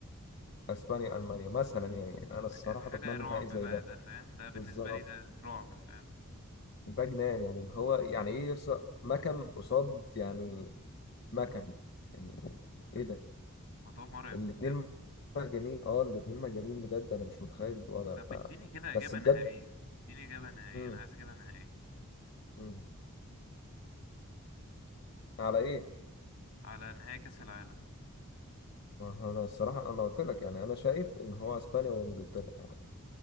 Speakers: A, on the left; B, on the left.
A: اسبانيا المانيا مثلا يعني انا
B: حاجة
A: الصراحه
B: حاجة
A: بتمنى
B: رعب
A: نهائي زي
B: بقى
A: ده
B: ده فاهم ده بالنسبة
A: بالظبط
B: لي ده رعب فاهم
A: ده جنان يعني اللي هو يعني ايه يص مكن قصاد يعني مكن يعني ايه ده
B: موضوع مرعب
A: الاتنين
B: بجد
A: مجانين اه الاتنين مجانين بجد انا مش متخيل الوضع
B: طب
A: بتاع
B: اديني كده اجابة
A: بس بجد
B: نهائية اديني اجابة نهائية
A: امم
B: انا عايز اجابة نهائية
A: امم على ايه
B: على نهائي كأس العالم
A: ما هو انا الصراحه انا قلت لك يعني انا شايف ان هو اسبانيا وانجلترا يعني